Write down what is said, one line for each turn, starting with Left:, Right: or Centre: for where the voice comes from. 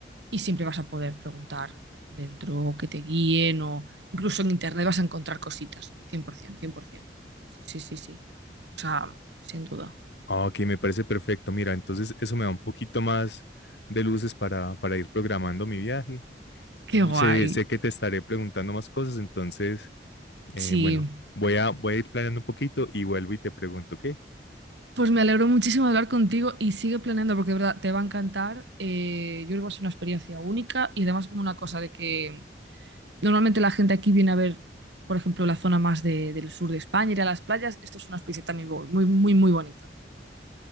Right: y siempre vas a poder preguntar dentro, o que te guíen, o incluso en internet vas a encontrar cositas, cien cien, por ciento, cien por 100%. Sí, sí, sí, sí. O sea, sin duda.
Left: Ah, Ok, me parece perfecto. Mira, entonces eso me da un poquito más de luces para, para ir programando mi viaje.
Right: Qué
Left: Bu-
Right: guay.
Left: Sé, sé que te estaré preguntando más cosas, entonces, eh,
Right: Sí.
Left: bueno, voy a, voy a ir planeando un poquito y vuelvo y te pregunto, ¿qué?
Right: Pues me alegro muchísimo de hablar contigo y sigue planeando porque de verdad te va a encantar. Eh, yo creo que va a ser una experiencia única y además como una cosa de que normalmente la gente aquí viene a ver, por ejemplo, la zona más de- del sur de España, ir a las playas. Esto es una experiencia también muy, muy, muy, muy bonita. Muy bonita.